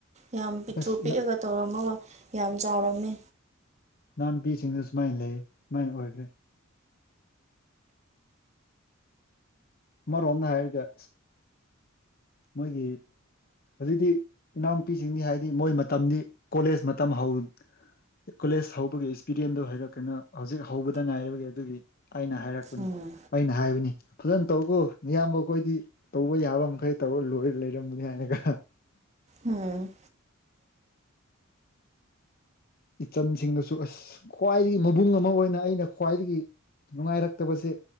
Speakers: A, on the right; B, on the left.
A: ꯌꯥꯝ ꯄꯤꯛꯇ꯭ꯔꯨ
B: ꯑꯁ
A: ꯄꯤꯛꯑꯒ
B: ꯅ
A: ꯇꯧꯔꯝꯃꯒ ꯌꯥꯝ ꯆꯥꯎꯔꯝꯃꯦ
B: ꯅꯍꯥꯟ ꯅꯨꯄꯤꯁꯤꯡꯗꯨ ꯁꯨꯃꯥꯏꯅ ꯂꯩꯌꯦ ꯃꯩ ꯑꯣꯏꯈ꯭ꯔꯦ ꯃꯔꯣꯝꯅ ꯍꯥꯏꯔꯒ ꯃꯣꯏꯒꯤ ꯍꯧꯖꯤꯛꯇꯤ ꯏꯅꯥꯎꯅꯨꯄꯤꯁꯤꯡꯗꯤ ꯍꯥꯏꯗꯤ ꯃꯣꯏ ꯃꯇꯝꯗꯤ ꯀꯣꯂꯦꯖ ꯃꯇꯝ ꯍꯧ ꯀꯣꯂꯦꯖ ꯍꯧꯕꯒꯤ ꯑꯦꯛꯁꯄꯤꯔꯤꯌꯦꯟꯗꯗꯨ ꯍꯥꯏꯔꯛꯀꯦꯅꯣ ꯍꯧꯖꯤꯛ ꯍꯧꯕꯗ ꯉꯥꯏꯔꯕꯒꯤ ꯑꯗꯨꯒꯤ ꯑꯩꯅ ꯍꯥꯏꯔꯛꯄꯅꯤ
A: ꯎꯝ
B: ꯑꯩꯅ ꯍꯥꯏꯕꯅꯤ ꯐꯖꯅ ꯇꯧꯀ‌ꯣ ꯃꯤꯌꯥꯝꯕ ꯑꯩꯈꯣꯏꯗꯤ ꯇꯧꯕ ꯌꯥꯕ ꯃꯈꯩ ꯇꯧꯔ ꯂꯣꯏꯔ ꯂꯩꯔꯝꯕꯅꯤ ꯍꯥꯏꯅꯒ
A: ꯎꯝ
B: ꯏꯆꯟꯁꯤꯡꯗꯁꯨ ꯑꯁ ꯈ꯭ꯋꯥꯏꯗꯒꯤ ꯃꯕꯨꯡ ꯑꯃ ꯑꯣꯏꯅ ꯑꯩꯅ ꯈ꯭ꯋꯥꯏꯗꯒꯤ ꯅꯨꯡꯉꯥꯏꯔꯛꯇꯕꯁꯦ